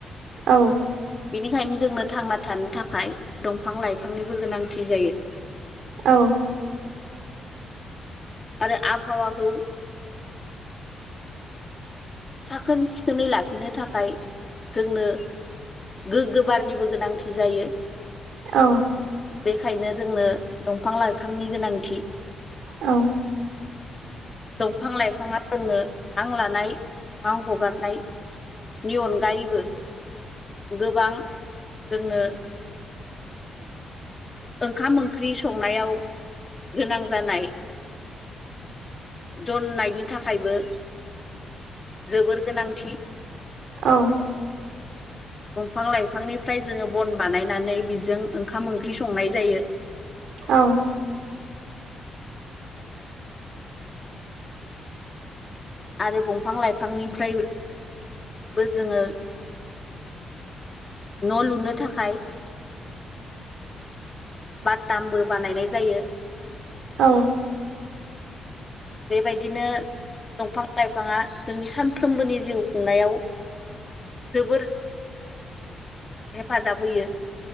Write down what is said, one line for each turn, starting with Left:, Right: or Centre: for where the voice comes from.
Right: औ
Left: बिनिखायनो जोंनो थांना थानो थाखाय थाखाय दंफां लाइफांनिबो गोनांथि जायो
Right: औ
Left: आरो आबहावाखौ साखोन सिखोनै लाखिनो थाखाय जोंनो गोग्गो बारनिबो गोनांथि जायो
Right: औ
Left: बेखायनो जोंनो दंफां लाइफांनि गोनांथि
Right: औ
Left: दंफां लाइफाङा जोंनो हां लानाय आं हगारनायनि अनगायैबो गोबां जोंनो ओंखाम ओंख्रि संनायाव गोनां जानाय जननायनि थाखायबो जोबोर गोनांथि
Right: औ
Left: दंफां लाइफांनिफ्राय जोङो बन बानायनानै बिजों ओंखाम ओंख्रि सं नाय जायो
Right: औ
Left: आरो बंफां लाइफांनिफ्रायबो जोङो न' लुनो थाखाय बाटामबो बानायनाय जायो
Right: औ औ
Left: बेबायदिनो दंफां लाइफाङा जोंनि सानफ्रोमबोनि जिउ खुंनायाव जोबोर हेफाजाब होयो